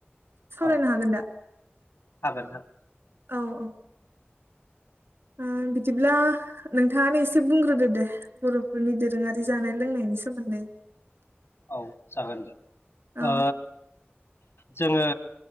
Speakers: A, on the right (about 70°); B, on the left (about 80°).
A: सावरायनो
B: औ
A: हागोन दा
B: हागोन हागोन
A: औ औ ओ बिदिब्ला नोंथाङानो एसे बुंग्रोदो दे बर'फोरनि दोरोङारि जानाय लोंनायनि सोमोन्दै
B: औ जागोन दे
A: औ
B: ओ जोङो